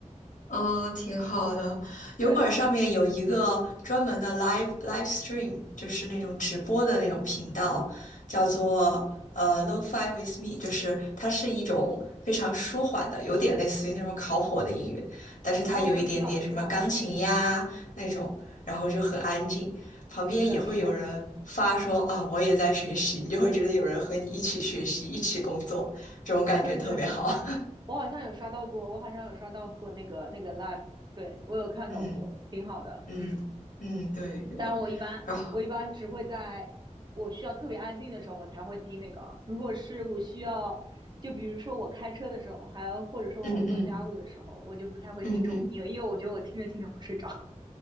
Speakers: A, on the left (about 75°); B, on the right (about 35°).
A: 嗯，挺好的。
B: 对，
A: 油管上面有一个专门的 live live stream，就是那种直播的那种频道，叫做呃 Lo-Fi with Me，就是它是一种非常舒缓的，有点类似于那种烤火的音乐，但是它有一点点什么钢琴呀那种，
B: 哦，我知道，我知道，
A: 然后就很安静，旁边也会有人发说啊我也在学习，
B: 是的，是的，
A: 你就会觉得有人和你一起学习，一起工作，这种感觉特别好。
B: 对对对。
A: <laughs>
B: 我好像有刷到过，我好像有刷到过那个那个 live，对，我有看到过，
A: 嗯。
B: 挺好的，
A: 嗯嗯，
B: 嗯。
A: 对对，
B: 但我一般我一般只会在我需要特别安静的时候，
A: 然后
B: 我才会听那个。如果是我需要，就比如说我开车的时候，还有或者说我做家务的时候，
A: 嗯嗯
B: 我就不太会听这种音乐，
A: 嗯嗯，
B: 因为我觉得我听着听着会睡着，